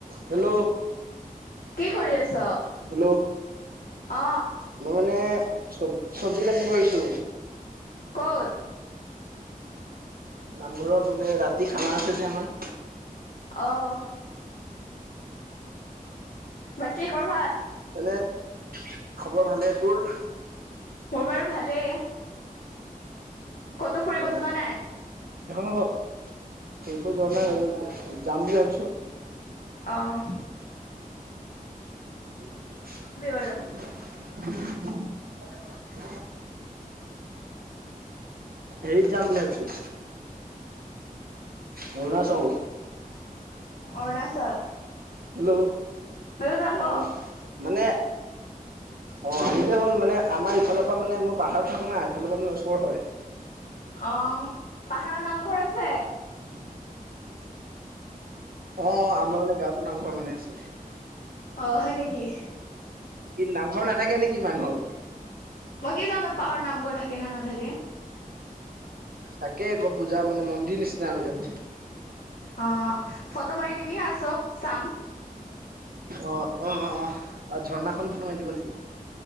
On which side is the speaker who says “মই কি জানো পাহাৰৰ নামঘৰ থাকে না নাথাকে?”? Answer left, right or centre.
Left